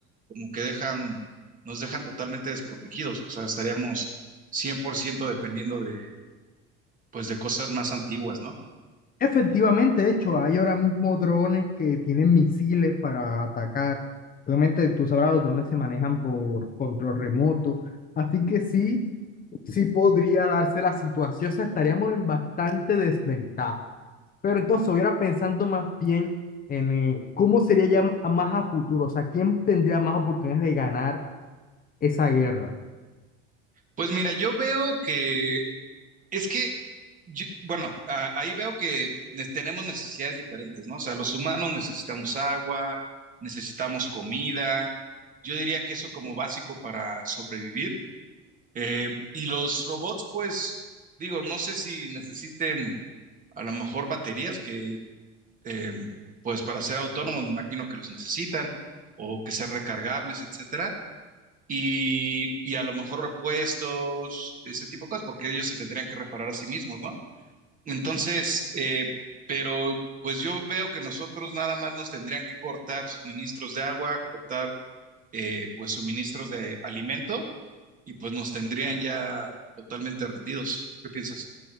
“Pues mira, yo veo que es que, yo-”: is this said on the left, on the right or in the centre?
Right